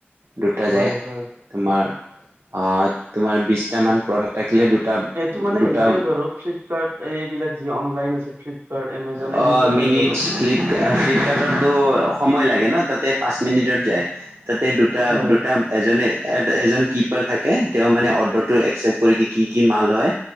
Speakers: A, on the right; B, on the right.
A: দুটা
B: হয়
A: যায়,
B: হয়
A: তোমাৰ অঁ। তোমাৰ বিছটামান প্ৰডাক্ট থাকিলে, দুটা
B: এইটো মানে
A: দুটা
B: হেৰি টাইপ আৰু ফ্লিপকাৰ্ট এইবিলাক যি অনলাইন আছে ফ্লিপকাৰ্ট, এমাজন
A: অ
B: এনেকুৱা
A: মিনিটছ
B: টাইপ আৰু।
A: ফ্লিপ ফ্লিপকাৰ্টতো সময় লাগে ন, তাতে পাঁচ মিনিটত যায় তাতে দু দুটা
B: হয়
A: দুটা এজনে এজন কিপাৰ থাকে, তেওঁ মানে অৰ্ডাৰটো একচেপট কৰি কি কি মাল হয়।